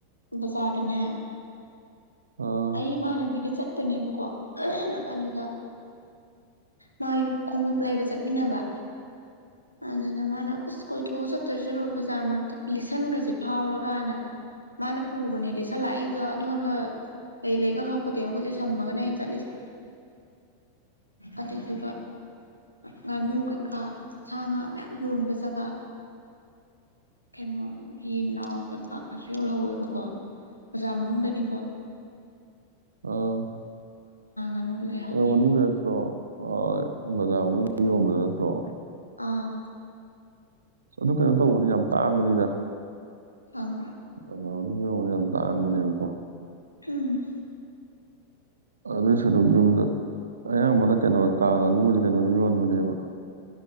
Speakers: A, on the left (about 85°); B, on the right (about 70°).
A: ꯕꯖꯥꯔꯅꯦ
B: ꯑꯥ
A: ꯑꯩ ꯏꯃꯥꯟꯅꯕꯤꯒ ꯆꯠꯄꯅꯦꯕꯀꯣ ꯑꯗꯨꯗ ꯃꯥꯒꯤ ꯈꯣꯡꯎꯞ ꯂꯩꯕ ꯆꯠꯃꯤꯟꯅꯕ ꯑꯗꯨꯅ ꯃꯥꯅ ꯑꯁ ꯀꯣꯏꯊꯣꯛꯑ ꯆꯠꯇꯣꯏ ꯁꯔ ꯕꯖꯥ ꯃꯔꯛꯇ ꯂꯤꯠꯁꯟꯈ꯭ꯔꯁꯦ ꯐꯥꯎꯔꯒꯅ ꯃꯥꯅ ꯄꯨꯕꯅꯦꯅꯦ ꯁꯥꯂꯛꯏꯗ ꯑꯗꯣꯗ ꯀꯩ ꯂꯩꯒ ꯈꯪꯄꯠꯇꯦꯕ ꯃꯈꯈꯣꯏꯁꯦ ꯁꯝꯃꯒꯅꯦ ꯑ ꯆꯠꯂꯤꯁꯦ ꯑꯇꯩꯇꯨ ꯉꯥꯅꯨ ꯀꯠꯈꯥ ꯁꯥ ꯉꯥ ꯃꯌꯥꯝ ꯌꯣꯟꯕ ꯖꯒꯥ ꯀꯩꯅꯣꯒꯤ ꯅꯥꯎ ꯀ ꯀꯥ ꯀꯥꯁꯨ ꯌꯣꯜꯍꯧꯋꯦꯕꯀꯣ ꯕꯖꯥ ꯃꯅꯨꯡꯗꯅꯤ <unintelligible>
B: ꯑꯠꯇ꯭ꯔꯣ ꯑ
A: ꯑꯅ
B: ꯕꯥ
A: ꯂꯩꯍꯧꯋꯦ
B: ꯃꯅꯨꯡꯗ ꯌꯣꯟꯕꯗ ꯅꯠꯇ꯭ꯔꯣ
A: ꯑꯥ
B: ꯑꯗꯨ ꯀꯩꯅꯣ ꯇꯧꯕꯅꯤ ꯌꯥꯝ ꯇꯥꯡꯕꯅꯤꯗ
A: ꯊꯕ꯭ꯔ
B: ꯑꯅꯧꯅꯦ ꯌꯥꯝ ꯇꯥꯡꯕꯅꯦꯕꯀꯣ
A: ꯎꯝ
B: ꯑꯗ ꯁꯔꯒꯗ ꯑꯌꯥꯝꯕꯅ ꯀꯩꯅꯣ ꯀꯥꯗ ꯅꯁ ꯀꯩꯅꯣꯅꯤ ꯌꯣꯟꯕꯅꯦꯕ